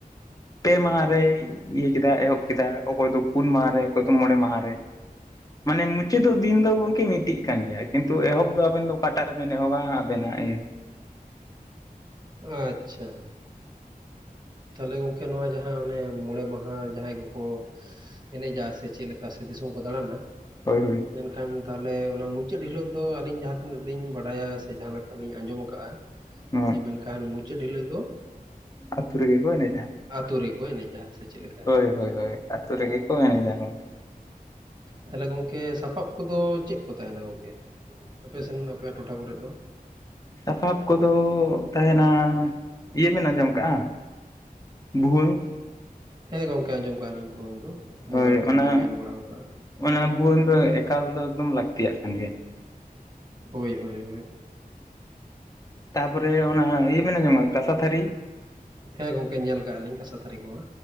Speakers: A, on the left (about 25°); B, on the right (about 30°).
A: ᱯᱮ ᱢᱟᱦᱟ ᱨᱮᱭ ᱤᱭᱟᱹ ᱠᱮᱫᱟ ᱮᱦᱚᱵ ᱠᱮᱫᱟ ᱚᱠᱚᱭ ᱫᱚ ᱯᱩᱱ ᱢᱟᱦᱟ ᱨᱮᱼᱼ ᱚᱠᱚᱭ ᱫᱚ ᱢᱚᱬᱮᱸ ᱢᱟᱦᱟ ᱨᱮ ᱢᱟᱱᱮ ᱢᱩᱪᱟᱹᱫᱚᱜ ᱫᱤᱱ ᱫᱚ ᱜᱚᱢᱠᱮ ᱢᱤᱫ ᱴᱤᱡ ᱠᱟᱱ ᱜᱮᱭᱟ ᱠᱤᱱᱛᱩ ᱮᱦᱚᱵᱽᱼᱼ ᱛᱚ ᱟᱵᱮᱱ ᱫᱚ ᱚᱠᱟᱴᱟ ᱨᱮᱵᱮᱱ ᱮᱦᱚᱵᱟ ᱟᱵᱮᱱᱟᱜ ᱤᱭᱟᱹ?
B: ᱟᱪᱪᱷᱟ᱾ ᱛᱟᱦᱞᱮ ᱜᱚᱝᱠᱮ ᱱᱚᱣᱟ ᱡᱟᱦᱟᱸ ᱚᱱᱮ ᱢᱚᱬᱮ ᱢᱟᱦᱟ ᱡᱟᱦᱟᱸᱟᱭ ᱠᱚᱠᱚᱼᱼ ᱮᱱᱮᱡᱟ ᱥᱮ ᱪᱮᱫᱠᱟ ᱥᱮ ᱫᱤᱥᱚᱢ ᱠᱚ ᱫᱟᱬᱟᱱᱟᱼᱼ
A: ᱦᱳᱭᱻ
B: ᱮᱠᱷᱟᱱ ᱛᱟᱦᱚᱞᱮ ᱚᱱᱟ ᱢᱩᱪᱟᱹᱫ ᱦᱤᱞᱳᱜ ᱫᱚ ᱟᱹᱞᱤᱧ ᱡᱟᱦᱟᱸ ᱛᱤᱱᱟᱹᱜ ᱞᱤᱧ ᱵᱟᱰᱟᱭᱟ ᱥᱮ ᱡᱟᱦᱟᱸ ᱞᱮᱠᱟ ᱞᱤᱧ ᱟᱸᱡᱚᱢ ᱠᱟᱟᱜᱼᱟ
A: ᱱᱚᱣᱟ
B: ᱡᱮ ᱢᱮᱱ ᱠᱷᱟᱱ ᱢᱩᱪᱟᱹᱫ ᱦᱤᱞᱳᱜ ᱫᱚᱼᱼ
A: ᱟᱛᱩ ᱨᱮᱜᱮ ᱠᱚ ᱮᱱᱮᱡᱟ
B: ᱟᱛᱳ ᱨᱮᱠᱚ ᱮᱱᱮᱡᱼᱟ ᱥᱮ ᱪᱮᱫ ᱞᱮᱠᱟ
A: ᱦᱳᱭ ᱦᱳᱭ ᱦᱳᱭ ᱟᱛᱳ ᱨᱮᱜᱮ ᱠᱚ ᱮᱱᱮᱡᱟ ᱜᱚᱝᱠᱮᱼᱼ
B: ᱛᱟᱦᱚᱞᱮ ᱜᱚᱝᱠᱮ ᱥᱟᱯᱟᱵ ᱠᱚᱫᱚ ᱪᱮᱫ ᱠᱚ ᱛᱟᱦᱮᱸᱱᱟ ᱜᱚᱝᱠᱮ? ᱟᱯᱮᱥᱱ ᱟᱯᱮᱭᱟᱜ ᱴᱚ ᱴᱷᱟ ᱠᱚᱨᱮ ᱫᱚ?
A: ᱥᱟᱯᱟᱵ ᱠᱚᱫᱚ ᱛᱟᱦᱮᱸᱱᱟ ᱤᱭᱟᱹ ᱵᱮᱱ ᱟᱸᱡᱚᱢ ᱠᱟᱜᱼᱟ? ᱵᱷᱩᱣᱟᱹᱝ?
B: ᱦᱮᱸ ᱜᱚᱝᱠᱮ ᱟᱸᱡᱚᱢ ᱠᱟᱜᱼᱟ ᱞᱤᱧ ᱵᱷᱩᱣᱟᱹᱝ ᱫᱚ ᱢᱳᱵᱟᱭᱤᱞ
A: ᱦᱳᱭ
B: ᱠᱚᱨᱮ
A: ᱚᱱᱟ
B: ᱞᱤᱧ ᱧᱮᱞ ᱵᱟᱲᱟᱣ ᱠᱟᱜᱼᱟ᱾
A: ᱚᱱᱟ ᱵᱷᱩᱣᱟᱹᱝ ᱫᱚ ᱮᱠᱟᱞ ᱫᱚ ᱮᱠᱫᱚᱢ ᱞᱟᱹᱠᱛᱤᱭᱟᱜ ᱠᱟᱱ ᱜᱮᱭᱟ᱾
B: ᱦᱳᱭ ᱦᱳᱭ ᱦᱳᱭᱼᱼ
A: ᱛᱟ ᱯᱚᱨᱮ ᱚᱱᱟ ᱤᱭᱟᱹ ᱵᱮᱱ ᱟᱸᱡᱚᱢ ᱠᱟᱫᱟ ᱠᱟᱸᱥᱟ ᱛᱷᱟᱹᱨᱤ?
B: ᱦᱮᱸ ᱜᱚᱝᱠᱮ ᱧᱮᱞ ᱠᱟᱜ ᱞᱤᱧ ᱠᱟᱸᱥᱟ ᱛᱷᱟᱹᱨᱤ ᱠᱚᱢᱟ᱾